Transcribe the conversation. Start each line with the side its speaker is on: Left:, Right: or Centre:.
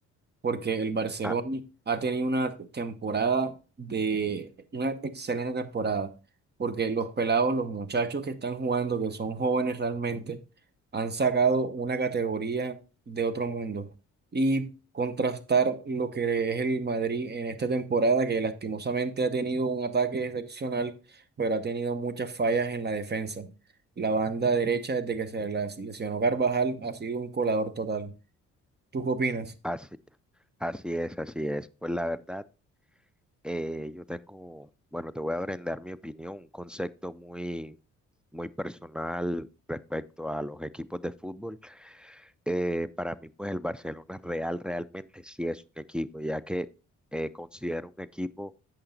Right: porque el Barcelona
Centre: Ah,
Right: ha tenido una temporada de una excelente temporada, porque los pelados, los muchachos que están jugando, que son jóvenes realmente, han sacado una categoría de otro mundo. Y contrastar lo que es el Madrid en esta temporada, que lastimosamente ha tenido un ataque excepcional, pero ha tenido muchas fallas en la defensa. La banda derecha, desde que se las lesionó Carvajal, ha sido un colador total. ¿Tú qué opinas?
Centre: así, así es, así es. Pues la verdad, eh, yo tengo, bueno, te voy a brindar mi opinión, un concepto muy, muy personal respecto a los equipos de fútbol. Eh, para mí, pues el Barcelona Real realmente sí es un equipo, ya que eh, considero un equipo